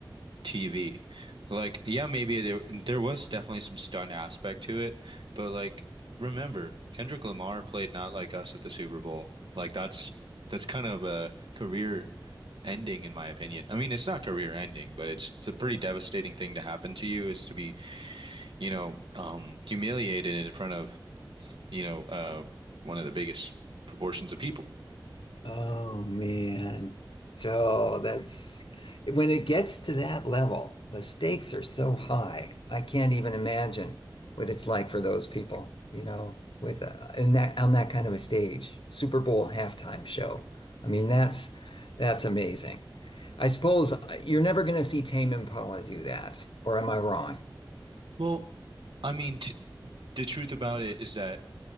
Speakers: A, on the right (about 80°); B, on the left (about 80°).
A: TV? Like, yeah, maybe there there was definitely some stunt aspect to it, but like, remember, Kendrick Lamar played Not Like Us at the Super Bowl. Like, that's that's kind of a career ending, in my opinion. I mean, it's not career ending, but it's it's a pretty devastating thing to happen to you is to be, you know, um, humiliated in front of you know, uh, one of the biggest proportions of people.
B: Oh man. So that's when it gets to that level, the stakes are so high. I can't even imagine what it's like for those people, you know, with uh, in that on that kind of a stage, Super Bowl halftime show. I mean, that's that's amazing. I suppose uh, you're never going to see Tame Impala do that, or am I wrong?
A: Well, I mean, t the truth about it is that